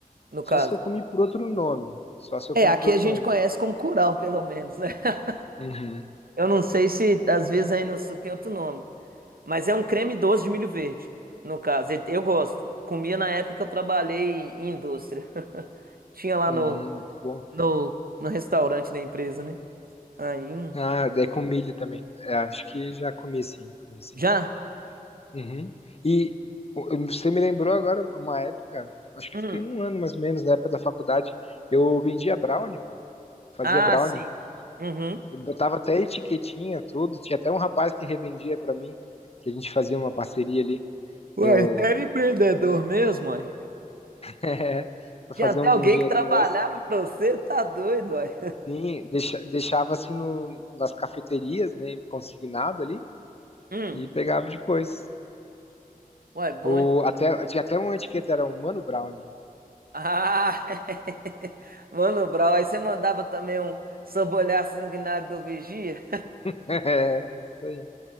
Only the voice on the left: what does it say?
Só se eu comi por outro nome. Só se eu
comi
por outro
nome.
Uhum.
Hum,
muito bom.
Ah, é com milho também. É, acho que já comi sim, comi sim.
Uhum. E o- você me lembrou agora uma época, acho que
fiquei um ano mais ou menos, na época da faculdade, eu vendia brownie, pô. Fazia
brownie.
Eu botava até etiquetinha, tudo. Tinha até um rapaz que revendia pra mim, que a gente fazia uma parceria ali.
Eu
É, para
fazer
um
dinheirinho
extra.
Sim, deixa- deixava assim no, nas cafeterias, né, consignado ali
e pegava depois.
O,
até, tinha até uma etiqueta, era Humano Brownie.
<laughs> É, isso aí.